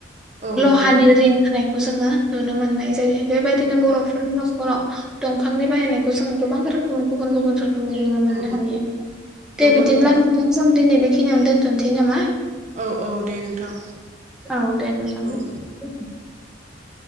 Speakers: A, on the right (about 40°); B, in the centre.
A: औ नों
B: फानि रिं होनाय खौ जोङो नुनो मोननाय जायो बेबायदिनो
A: औ
B: बर'फोरनि न'ख हर' दंफांनि बाहायनायखौ जों गोबां रोखोमनि गुबुन गुबुन रो जोङो मोननो
A: औ
B: हायो
A: नंगौ
B: दे बिदिब्ला
A: नोंथां
B: नोंथांजों दिनै बे खिनियावनो दोनथ'नोसै नामा
A: औ औ दे नोंथां
B: औ दे नोंथां
A: औ
B: <inaudible>